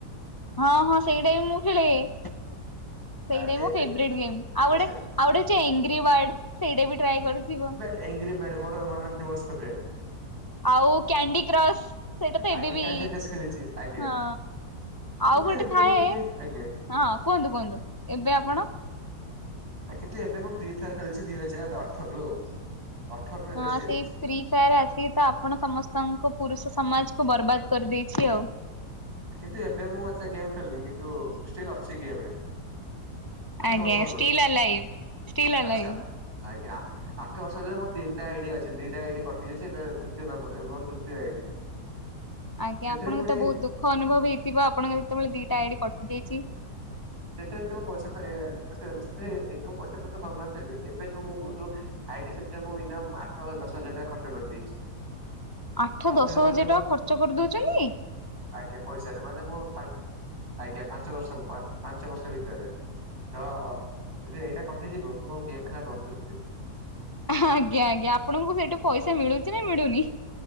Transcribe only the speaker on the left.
ହଁ ହଁ ସେଇଟା ବି ମୁଁ ଖେଳେ ସେଇଟା
ମୋ ଫେବ୍ରେଟେ
ଗେମ୍
ଆଉ ଗୋଟେ। ଆଉ ଗଟେ ଅଛି ଏଇଙ୍ଗ୍ରିୱଡ ସେଇଟା ବି ଟ୍ରାଏ କରୁଥିବ।
ଆଉ କ୍ୟାଣ୍ଡି କ୍ରସ୍ ସେଇଟା ତ
ଏବେ ବି
ହଁ। ଆଉ
ଗୋଟେ
ଥାଏ
ହଁ କୁହନ୍ତୁ କୁହନ୍ତୁ ଏବେ ଆପଣ।
ହଁ
ସେଇ। ଫ୍ରି ଫାୟାର୍ ଆସି ତ ଆପଣ ସମସ୍ତଙ୍କ ପୁରୁଷ ସମାଜକୁ ବର୍ବାଦ କରିଦେଇଛି ଆଉ।
ଆଜ୍ଞା।
ଷ୍ଟିଲିଆଲାୟୁ। ଷ୍ଟିଲିଆଲାୟୁ।
ଆଜ୍ଞା
ଆପଣଙ୍କୁ
ତ ବହୁତ ଦୁଃଖ ଅନୁଭବ ହେଇଥିବ ଆପଣଙ୍କ ଯେତେବେଳେ ଦିଟା ଆଇଡି କଟିଯାଇଛି।
ଆଠ
ଦଶ
ହଜାର ଟଙ୍କା ଖର୍ଚ୍ଚ କରିଦଉଛନି।
ହଁ ଆଜ୍ଞା ଆଜ୍ଞା ଆପଣଙ୍କୁ ସେଇଠୁ ପଇସା ମିଳୁଚି ନା ମିଳୁନି।